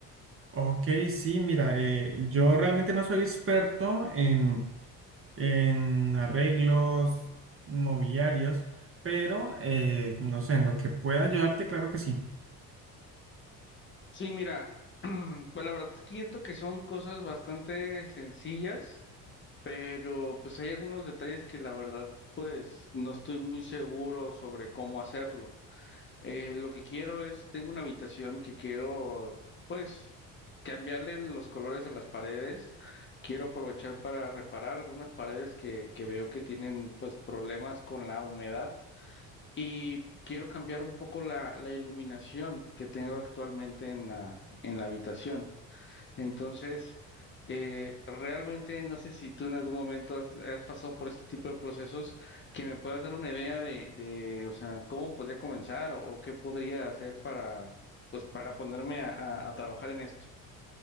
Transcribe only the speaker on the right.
Ok, sí, mira, eh, yo realmente no soy experto en, en arreglos mobiliarios, pero eh, no sé, en lo que pueda ayudarte, claro que sí.